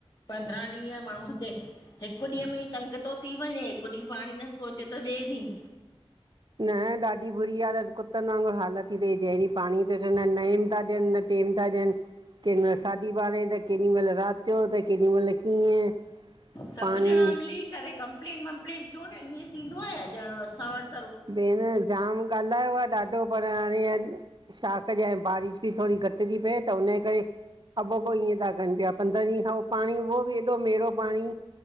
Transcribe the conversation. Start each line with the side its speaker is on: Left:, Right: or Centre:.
Left: पंद्रहां ॾींहं माण्हू हिते हिकु ॾींहुं में ई तंग थो थी वञे हिकु ॾींहुं पाणी नथो अचे त ॿिए ॾींह।
Right: न ॾाढी बुरी हालत कुतनि वांगुरु हालत ती थिए जंहिं ॾींहु पाणी थ विय नएम था ॾियनि टेम था ॾियनि। केॾी महिल साढी ॿारहं त केॾी महिल रात जो त केॾी महिल कीअं।
Left: सभ
Right: पाणी
Left: ॼणा मिली करे कंप्लेन वंप्लेन कयो न ईअं थींदो आ या ॼण असां वट
Right: भेण जाम ॻाल्हायो आ ॾाढो पर हाणे छा कजे बारिश बि थोरी घट थी पए त हुनजे करे अॻोपो ईअं था कनि पिया, पंद्रहं ॾींहं खां पो पाणी उहो बि ऐॾो मेरो पाणी।